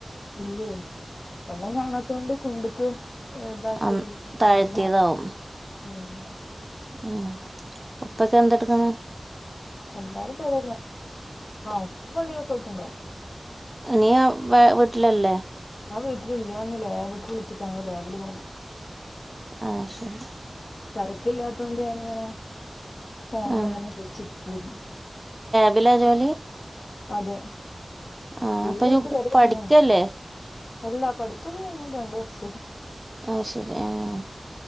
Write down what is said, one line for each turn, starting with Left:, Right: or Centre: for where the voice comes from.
Left: ഇല്ലേ വെള്ളം കാണാത്തൊണ്ട് കുണ്ടുക്ക് വെൽതാക്ക്യതെ
Right: അന്ന് താഴ്ത്തിയതാവും
Left: അല്ല ഉം
Right: ഉം ഉപ്പക്കെ എന്താട്ക്ക്ണ്?
Left: എല്ലാരും പേരെലാ ആഹ് ഉപ്പ പള്ളിക്കക്ക് പൊയ്റ്റ്ണ്ടാവും
Right: നീ അ വീട്ട്ലല്ലേ?
Left: ഞാൻ വീട്ട്ലില്ലന്ന് ലാബ്ക്ക് വിൾച്ച്ക്ക്ന് ലാബില് പോന്നു
Right: ആഹ് ശെരി
Left: തിരക്കില്ലാതോണ്ട് ഞാനിങ്ങനെ ഫോണ്ല്ങ്ങനെ
Right: ആഹ്
Left: കളിചിരിക്കേണ്.
Right: ഫിലാ ജോലി?
Left: അതെ
Right: ആഹ്
Left: ലീവിടുത്ത്
Right: അപ്പൊ ഇയ്യ്
Left: വെരേര്ന്ന്
Right: പഠിക്കല്ലേ
Left: അല്ല പഠിപ്പൊക്കെ കൈഞ്ഞിട്ട് രണ്ട് വർഷേയി.
Right: ആഹ് ശരി ആഹ്